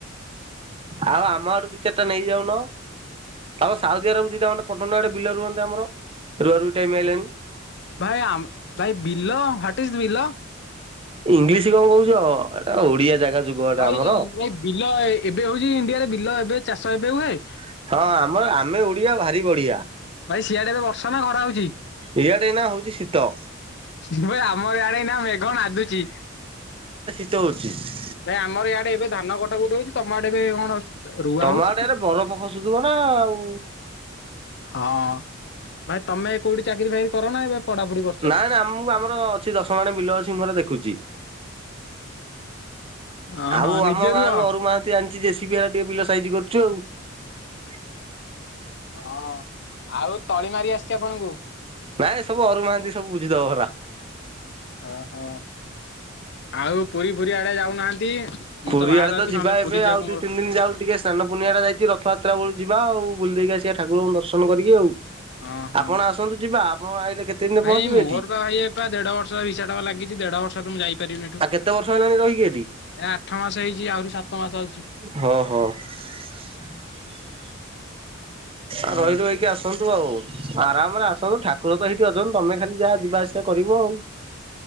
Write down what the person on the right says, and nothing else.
ଆଉ ଆମ ଆଡୁ ଦୁଇ ଚାରିଟା ନେଇ ଯାଉନ ତମ ସାଉଦି ଆରବ ଦିଟା ମୋଟେ ପଟ ଆଡେ ବିଲ ରୁହନ୍ତେ ଆମର। ରୁଆ ରୁଇ ଟାଇମ ଆଇଲାଣି।
ଇଂଲିଶ କଣ କହୁଛ ଏଟା ଓଡିଆ ଜାଗା ଯୁଗ ଏଟା
ଆମର।
ହଁ ଆମର ଆମେ ଓଡିଆ ଭାରି ବଢିଆ
ଇଆଡେ ଏଇ ନା ହଉଛି ଶୀତ?
ତ ହଉଛି।
ତମ
ଆଡେ ଏଇନେ ବରଫ ଖସୁଥିବ ନା ଆଉ।
ନାଇଁ ନାଇଁ ଆମ ଆମର ଅଛି ଦଶ ମାଣେ ବିଲ ଅଛି ମୋର ଦେଖୁଛି।
ଆଉ
ଆମ ଗାଁରୁ
ଅରୁ ମହାନ୍ତି ଆଣିଛି ଯେସିପି ହେ ଟିକେ ବିଲ ସାଇଜି କରୁଛି। ଚୁ ଆଉ।
ନାଇଁ ସବୁ ଅରୁ ମହାନ୍ତି ସବୁ ବୁଝିଦବ ପରା।
ପୁରୀଆଡେ
ତ ଯିବା
ଏବେ
ଆଉ ଦି
ତିନି ଦିନ ଯାଉ ଟିକେ ସ୍ନାନପୁର୍ଣ୍ଣିମା ଟା ଯାଇଛି ରଥଯାତ୍ରା ବେ ଯିବା ଆଉ ବୁଲି ଦେଇକି ଆସିବା ଠାରଙ୍କୁ ଦର୍ଶନ କରିକି ଆଉ।
ଆପଣ ଆସନ୍ତୁ ଯିବା ଆପଣ ଆଇଲେ କେତେ ଦିନରେ
ପହଞ୍ଚିବେ
ଏଠି
ଆଉ କେତେ ବର୍ଷ ହେଲାଣି ରହିକି ହେଠି?
ହଁ ହଁ <inaudible>
ଆ ରହି ରୁହାକି ଆସନ୍ତୁ ଆଉ। ଆରାମରେ ଆସନ୍ତୁ ଠାକୁର ତ ସେଇଠି ଅଛନ୍ତି ତମେ ଖାଲି ଯାହା ଯିବା ଆସିବା କରିବ ଆଉ।